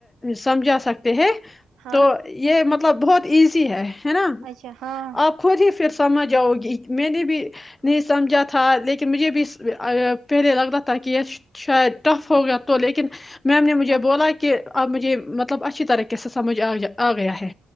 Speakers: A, on the left (about 20°); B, on the right (about 80°).
A: سمجھا سکتے ہیں
B: ہاں
A: تو یہ مطلب مطلب بہت ایزی ہے ہے نا
B: اچھا ہاں
A: آپ کھوجے پھر سے سمجھ آؤ گی میں نے بھی نہیں سمجھا تھا لیکن ن مجھے بھی پہلے لگتا تھا کہ یہ شاید ٹف ہو گیا تو لیکن میم نے مجھے
B: ہاں
A: بولا کہ اب مجھے مطلب اچھی طریقے سے سمجھ آا آ گیا ہے